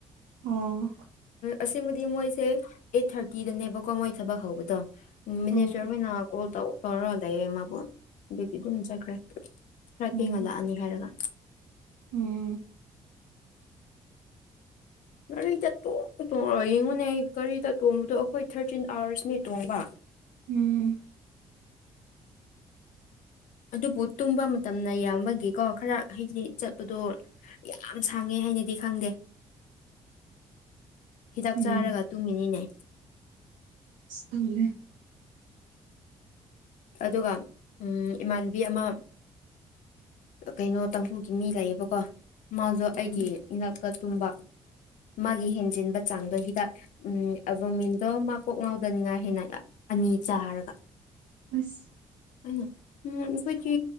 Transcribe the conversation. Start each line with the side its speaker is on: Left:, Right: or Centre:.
Right: ꯑꯣ
Left: ꯑꯁꯦꯡꯕꯗꯤ ꯃꯣꯏꯁꯦ ꯑꯩꯠ ꯊꯔꯇꯤꯗꯅꯦꯕꯀꯣ ꯃꯣꯏ ꯊꯕꯛ ꯍꯧꯕꯗꯣ ꯃꯦꯅꯦꯖꯔ
Right: ꯎꯝ
Left: ꯍꯣꯏꯅ ꯀꯣꯜ ꯇꯧ ꯇꯧꯔꯒ ꯂꯩꯌꯦ ꯃꯥꯕꯨ ꯑꯗꯨꯒꯤ ꯗꯨꯝ ꯆꯠꯈ꯭ꯔꯦ ꯈꯔ
Right: ꯎꯝ
Left: ꯊꯦꯡꯅ ꯂꯥꯛꯑꯅꯤ ꯍꯥꯏꯔꯒ
Right: ꯎꯝ
Left: ꯒꯥꯔꯤꯗ ꯇꯣꯡ ꯇꯣꯡꯔꯒ ꯌꯦꯡꯉꯨꯅꯩ ꯒꯥꯔꯤꯗ ꯇꯣꯡꯕꯗꯣ ꯑꯩꯈꯣꯏ ꯊꯔꯇꯤꯟ ꯑꯥꯋꯔꯁꯅꯦ ꯇꯣꯡꯕ
Right: ꯎꯝ
Left: ꯑꯗꯨꯕꯨ ꯇꯨꯝꯕ ꯃꯇꯝꯅ ꯌꯥꯝꯕꯒꯤꯀꯣ ꯈꯔ ꯍꯥꯏꯗꯤ ꯆꯠꯄꯗꯣ ꯌꯥꯝ ꯁꯥꯡꯉꯦ ꯍꯥꯏꯅꯗꯤ ꯈꯪꯗꯦ ꯍꯤꯗꯥꯛ
Right: ꯎꯝ
Left: ꯆꯥꯔꯒ ꯇꯨꯝꯃꯤꯅꯤꯅꯦ
Right: ꯇꯜꯂꯦ
Left: ꯑꯗꯨꯒ ꯎꯝ ꯏꯃꯥꯟꯅꯕꯤ ꯑꯃꯥ ꯀꯩꯅꯣ ꯇꯡꯈꯨꯜꯒꯤ ꯃꯤ ꯂꯩꯌꯦꯕꯀꯣ ꯃꯥꯖꯨ
Right: ꯎꯝ
Left: ꯑꯩꯒꯤ ꯏꯅꯥꯛꯇ ꯇꯨꯝꯕ ꯃꯥꯒꯤ ꯍꯦꯟꯖꯤꯟꯕ ꯆꯥꯡꯗꯣ ꯍꯤꯗꯥꯛ ꯎꯝ ꯑꯦꯚꯣꯃꯤꯟꯗꯣ ꯃꯥ ꯀꯣꯛ ꯉꯥꯎꯗꯅꯤꯉꯥꯏ ꯍꯦꯟꯅ ꯑꯅꯤ ꯆꯥꯔꯒ
Right: ꯑꯁ
Left: ꯑꯥꯢꯅꯣ ꯎꯝ ꯑꯈꯣꯏꯗꯤ